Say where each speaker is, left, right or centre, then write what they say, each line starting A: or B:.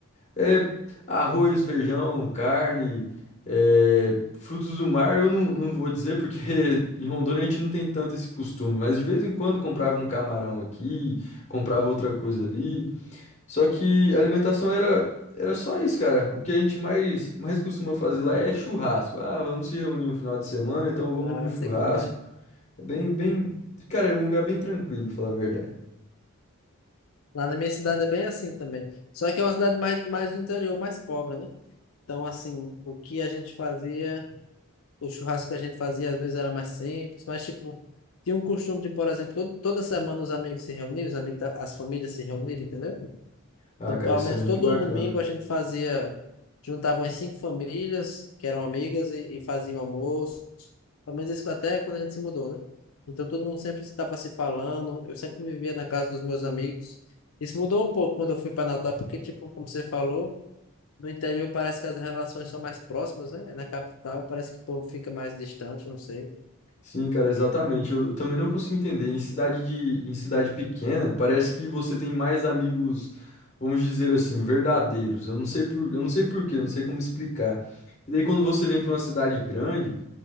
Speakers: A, on the left; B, on the left.
A: É, arroz, feijão, carne, é, frutos do mar, eu não, não vou dizer porque <laughs> em Rondônia a gente não tem tanto esse costume, mas de vez em quando comprava um camarão aqui, comprava outra coisa ali. Só que a alimentação era, era só isso, cara. O que a gente mais, mais costuma fazer lá é churrasco. Ah, vamos se reunir no final de semana, então vamos
B: Ah,
A: no churrasco.
B: sei como é.
A: É bem, bem, cara, é um lugar bem tranquilo, pra falar a verdade.
B: Lá na minha cidade é bem assim também. Só que é uma cidade mais, mais do interior, mais pobre, né? Então, assim, o que a gente fazia, o churrasco que a gente fazia, às vezes era mais simples, mas, tipo, tinha um costume de, por exemplo, todo- toda semana os amigos se reunirem, os amigos da, as famílias se reunirem, entendeu?
A: Ah,
B: Então,
A: cara,
B: pelo
A: isso
B: menos
A: é muito
B: todo
A: bacana.
B: domingo a gente fazia, juntava umas cinco famílias que eram amigas e, e faziam almoço. Pelo menos isso até quando a gente se mudou, né? Então todo mundo sempre estava se falando. Eu sempre vivia na casa dos meus amigos. Isso mudou um pouco quando eu fui para Natal, porque, tipo, como você falou, no interior parece que as relações são mais próximas, né? É Na capital parece que o povo fica mais distante, não sei.
A: Sim, cara, exatamente. Eu, eu também não consigo entender. Em cidade de, em cidade pequena, parece que você tem mais amigos, vamos dizer assim, verdadeiros. Eu não sei por, eu não sei por quê, eu não sei como explicar. E daí quando você vem para uma cidade grande,